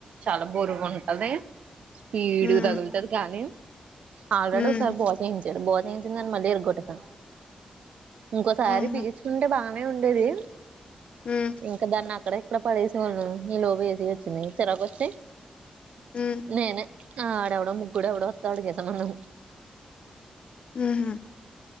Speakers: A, on the right; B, on the left.
A: చాలా బోరుగా ఉంటది ఫీడ్
B: హ్మ్.
A: తగులుతది గానీ ఆల్రెడీ
B: హ్మ్.
A: ఒకసారి బాగా చేయించ భచేయించనని మళ్ళీ ఇరగొట్టేసా ఇంకోసారి
B: హ్మ్.
A: బిగించుకుంటే బా నే ఉండేది
B: హ్మ్.
A: ఇంకా దాన్ని అక్కడ ఇక్కడ పడేసే వాళ్ళు ఈలోపు ఏసి వచ్చింది చిరాకు వచ్చి
B: హ్మ్.
A: నేనే ఆ ఆడెవడో ముగ్గుడ ఎవడో ఒత్తాడుగా ఏ సంబంధం
B: ఉహ్